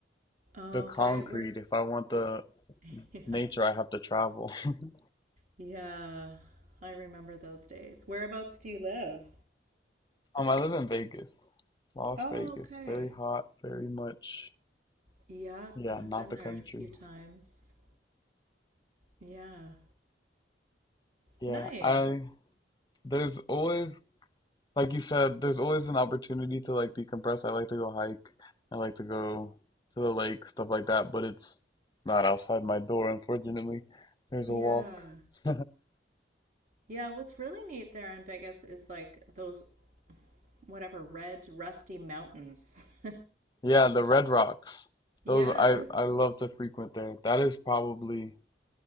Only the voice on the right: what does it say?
Okay,
where
<laughs> yeah.
Yeah. I remember those days. Whereabouts do you live?
Oh,
okay.
Yeah,
I've
been
there
a few times. Yeah.
Nice.
Yeah.
Yeah, what's really neat there in Vegas is like those whatever red rusty mountains. <laughs>
Yeah,
they're